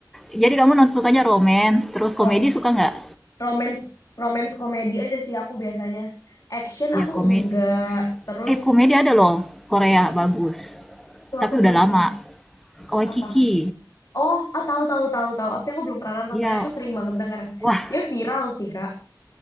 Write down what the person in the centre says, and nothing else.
Jadi kamu nont- sukanya romance, terus
komedi suka nggak?
Ya komedi,
Eh, komedi ada loh, Korea
bagus.
Tapi
udah lama.
Waikiki.
Iya,
wah,